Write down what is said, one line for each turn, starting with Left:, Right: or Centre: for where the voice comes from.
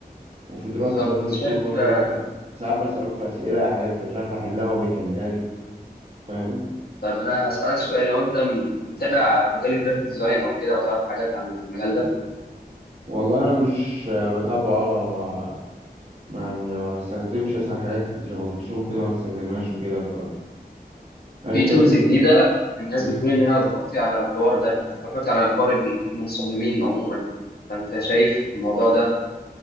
Right: وفي دراستي
Left: بالظبط
Right: زي ما انت بتقول
Left: شايف
Right: برضه
Left: آه،
Right: مثلا ساعات بساله في اسئله حاجات مش عارف احلها هو بيحلها لي فاهم
Left: طب أنا هسألك سؤال لو أنت م- متابع مجال الجرافيك ديزاين أو كده أو تعرف حاجات عن المجال ده
Right: والله انا مش بتابعه أوي وما ما ما بستخدمش مثلا حاجات شبه فوتوشوب كده ما بستخدمهاش وكده ف هل
Left: في
Right: انت
Left: تولز
Right: مثلا ب...
Left: جديدة الناس
Right: مم.
Left: بتقول إنها هتغطي على الحوار ده هتغطي على حوار المصممين عموما فأنت شايف الموضوع ده